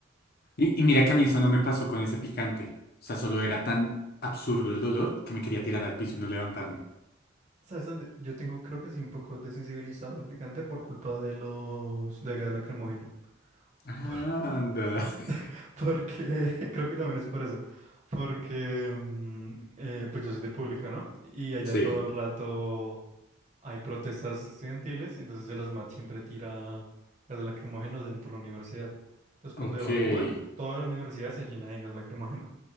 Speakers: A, on the left; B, on the right.
A: Y, y mira que a mí eso no me pasó con ese picante. O sea, solo era tan absurdo el dolor que me quería tirar al piso y no levantarme.
B: ¿Sabes? dónde? Yo tengo, creo que soy un poco desensibilizado al picante por culpa de los, del gas lacrimógeno.
A: Ah,
B: Por-
A: Anda. <laughs>
B: <laughs> porque, <laughs> creo que también es por eso. Porque, mm, eh, pues yo soy de pública, ¿no? Y allá
A: Sí.
B: todo el rato hay protestas estudiantiles, entonces el ASMAT siempre tira gas lacrimógeno dentro de la universidad. Entonces cuando
A: Ok.
B: evacúan, toda la universidad se llena de gas lacrimógeno.